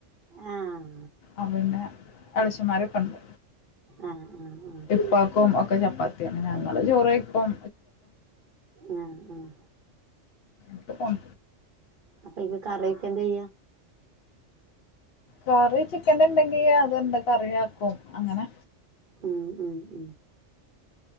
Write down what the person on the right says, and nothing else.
ആഹ്
ആഹ് ആഹ് ആഹ്
ആഹ് ആഹ്
അപ്പൊ ഈ കറിയൊക്കെ എന്താ ചെയ്യാ
ഉം ഉം ഉം